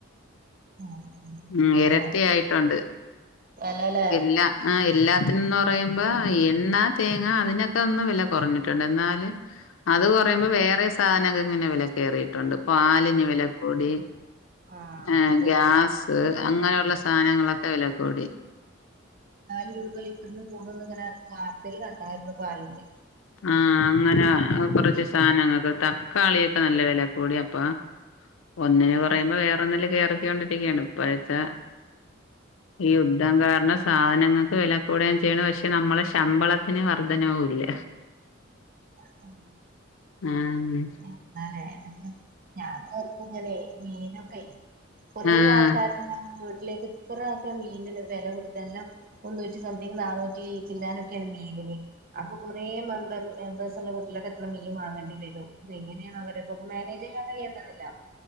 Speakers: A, on the right; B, on the left.
A: ആഹ് ആഹ്
B: ഉം
A: ശരിയാണ്
B: എരട്ടി ആയിട്ടുണ്ട്
A: വെലല്ലേ
B: വര്ല്ല ആഹ് എല്ലാത്തിനുംന്ന് പറയുമ്പോ എണ്ണ തേങ്ങ അതിനൊക്കെ ഒന്ന് വില കൊറഞ്ഞിട്ടുണ്ട് എന്നാലും അത് പറയുമ്പോ വേറെ സാനങ്ങൾക്ക് ഇങ്ങനെ വില കയറിയിട്ടുണ്ട് പാലിന് വിലക്കൂടി
A: ആഹ്
B: ഏഹ്
A: പാല്
B: ഗ്യാസ് ഹ് അങ്ങനെയുള്ള സാനങ്ങളൊക്കെ വില കൂടി
A: നാല് രൂപ ലിറ്ററിന് കൂടൂന്ന് ഇങ്ങനെ വാർത്തേല് കണ്ടായിരുന്നു പാലിന്
B: ആഹ് അങ്ങനെ കൊറച്ച് സാനങ്ങൾക്ക് തക്കാളിയൊക്കെ നല്ല വില കൂടി അപ്പൊ ഒന്നിന്
A: ഉം
B: കൊറയുമ്പോ വേറെന്നിന് കേറിക്കൊണ്ടിരിക്കയാണ് ഇപ്പഴത്തെ ഈ യുദ്ധം കാരണം സാധനങ്ങൾക്ക് വില കൂടുകയും ചെയ്തു. പക്ഷെ നമ്മളെ ശമ്പളത്തിന് വർധനവും ഇല്ല
A: <inaudible>
B: ആഹ്
A: എന്താലെ <unintelligible> ഞാൻ ഓർക്കും ഇങ്ങനെ മീനൊക്കെ കൊറേ
B: ആ
A: ആൾ കാരണം വീട്ടിലേക്ക് ഇത്രയക്കെ മീനിന് വെല കൊടുത്ത് എല്ലാം മുന്നൂറ്റി സംതിങ് നന്നൂറ്റി ചില്ലാനൊക്കെയാണ് മീനിന് അപ്പൊ കുറേ മെമ്പർ മെമ്പേഴ്സ് ഉള്ള വീട്ടിലൊക്കെ എത്ര മീൻ വാങ്ങേണ്ടി വരും എങ്ങനെയാണ് അവര്പ്പൊ മേനേജ് ചെയ്യാൻ കഴിയേണ്ടതല്ല